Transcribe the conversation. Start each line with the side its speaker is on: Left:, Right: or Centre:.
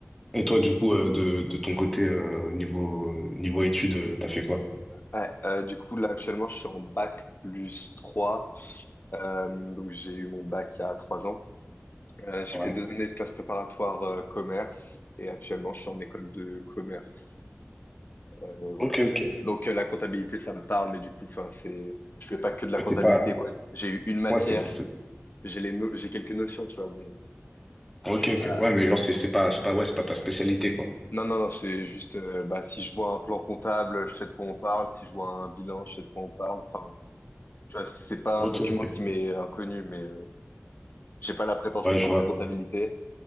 Centre: Et toi, du coup, euh, de, de ton côté, euh, au niveau, niveau études, euh, t'as fait quoi?
Left: ouais, euh, du coup, là, actuellement, je suis en bac plus trois, Euh, donc, j'ai eu mon bac il y a 3 ans. Euh, j'ai
Centre: Ouais.
Left: fait deux années de classe préparatoire euh, commerce et actuellement, je suis en école de commerce. Euh, voilà.
Centre: Ok, ok.
Left: Donc, euh, la comptabilité, ça me parle, mais du coup, enfin, c'est, je fais pas que de la
Centre: Mais
Left: comptabilité,
Centre: c'est pas.
Left: quoi. J'ai eu une matière
Centre: Ouais, c'est, c'est-
Left: j'ai les no- j'ai quelques notions, tu vois, mais
Centre: Ok,
Left: je suis pas.
Centre: ok. Ouais, mais genre, c'est c'est pas, c'est pas, ouais, c'est pas ta spécialité, quoi.
Left: Non, non, non, c'est juste, euh, bah, si je vois un plan comptable, je sais de quoi on parle. Si je vois un bilan, je sais de quoi on parle. Enfin, tu vois, c'est pas
Centre: Ok,
Left: un document
Centre: ok.
Left: qui m'est inconnu, mais euh, j'ai pas la prétention
Centre: Ouais,
Left: de
Centre: je
Left: faire
Centre: vois.
Left: de la comptabilité.